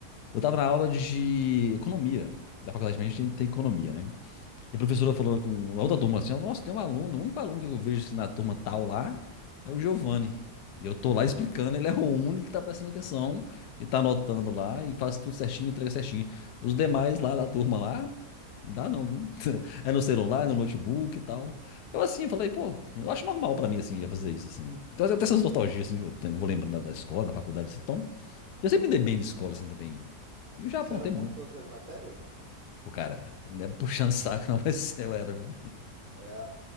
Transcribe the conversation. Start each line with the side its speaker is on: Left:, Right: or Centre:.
Left: Eu tava na aula de economia. Da faculdade a gente tem, tem economia, né? E a professora falou com a outra turma assim: ó, Nossa, tem um aluno, o único aluno que eu vejo assim, na turma tal lá é o Giovanni. E eu tô lá explicando, ele é o único que tá prestando atenção e tá anotando lá e faz tudo certinho, me entrega certinho. Os demais lá da turma lá, não dá não, viu? <laughs> É no celular, é no notebook e tal. Eu assim, falei, pô, eu acho normal pra mim assim, já fazer isso assim. Então eu tenho essas nostalgias assim que eu tenho- vou lembrando da- da escola, da faculdade assim. Então, eu sempre me dei bem de escola assim também. E eu já
Right: Você
Left: aprontei
Right: era bom
Left: muito.
Right: em todas as matérias, não?
Left: Pô, cara, não é puxando <laughs> saco não, mas eu era, viu?
Right: É,